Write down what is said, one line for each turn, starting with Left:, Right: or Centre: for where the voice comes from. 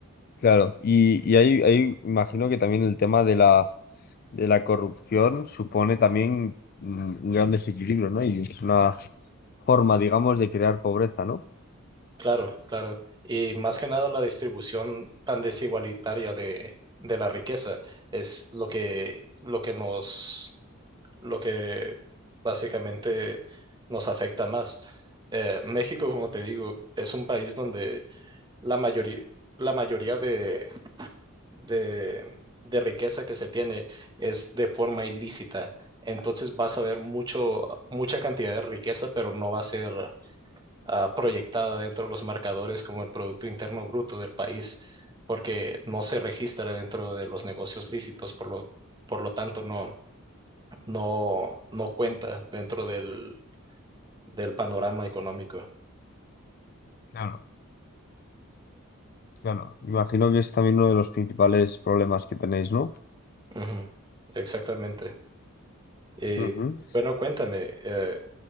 Left: Claro, y, y ahí, ahí imagino que también el tema de la, de la corrupción supone también mm, un gran desequilibrio, ¿no? Y es una forma, digamos, de crear pobreza, ¿no?
Right: Claro, claro. Y más que nada la distribución tan desigualitaria de, de la riqueza es lo que, lo que nos lo que básicamente nos afecta más. Eh, México, como te digo, es un país donde la mayoría, la mayoría de, de, de riqueza que se tiene es de forma ilícita. Entonces vas a ver mucho, mucha cantidad de riqueza, pero no va a ser ah, proyectada dentro de los marcadores como el Producto Interno Bruto del país, porque no se registra dentro de los negocios lícitos, por lo, por lo tanto no no, no cuenta dentro del, del panorama económico.
Left: Claro. Claro, imagino que es también uno de los principales problemas que tenéis, ¿no?
Right: Ujú, Exactamente. Y
Left: Ujú.
Right: bueno, cuéntame, eh,